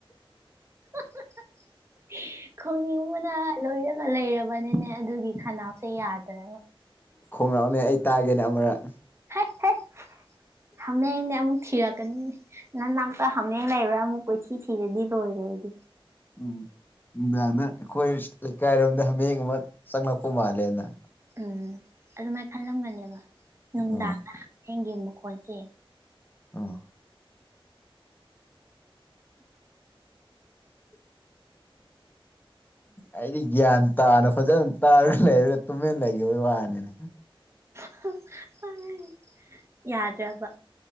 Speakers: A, on the right; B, on the left.
A: <unintelligible> ꯈꯣꯡꯅꯤꯡꯕꯅ ꯂꯣꯏꯔꯒ ꯂꯩꯔꯕꯅꯤꯅꯦ ꯑꯗꯨꯒꯤ ꯈꯅꯥꯎꯁꯦ ꯌꯥꯗ꯭ꯔ
B: ꯈꯣꯡꯉꯛꯑꯣꯅꯦ ꯑꯩ ꯇꯥꯒꯦꯅꯦ ꯑꯃꯔꯛ
A: ꯍꯩ ꯍꯩ ꯍꯥꯃꯦꯡꯅꯦ ꯑꯃꯨꯛ ꯊꯤꯔꯛꯀꯅꯤꯅꯦ ꯅꯥꯅꯥꯛꯇ ꯍꯥꯃꯦꯡ ꯂꯩꯕ꯭ꯔꯥ ꯑꯃꯨꯛ ꯀꯣꯏꯊꯤ ꯊꯤꯔꯗꯤ ꯂꯣꯏꯔꯦ ꯑꯩꯗꯤ
B: <unintelligible> ꯑꯩꯈꯣꯏ ꯂꯩꯀꯥꯏꯔꯣꯝꯗ ꯍꯥꯃꯦꯡ ꯑꯃ ꯆꯪꯂꯛꯄ ꯃꯥꯜꯂꯦꯅ
A: ꯎꯝ ꯑꯗꯨꯃꯥꯏꯅ ꯈꯜꯂꯝꯒꯅꯦꯕ ꯅꯨꯡꯗꯥꯡ
B: ꯎꯝ
A: ꯍꯃꯦꯡꯒꯤ ꯃꯈꯣꯜꯁꯦ
B: ꯑꯣ ꯑꯩꯗꯤ ꯒ꯭ꯌꯥꯟ ꯇꯥꯅ ꯐꯖꯅ ꯇꯥꯔꯒ ꯂꯩꯔꯒ ꯇꯨꯃꯤꯟꯅ ꯂꯩꯈꯤꯕꯒꯤ ꯋꯥꯅꯤꯗ
A: <unintelligible> ꯌꯥꯗ꯭ꯔꯦꯕ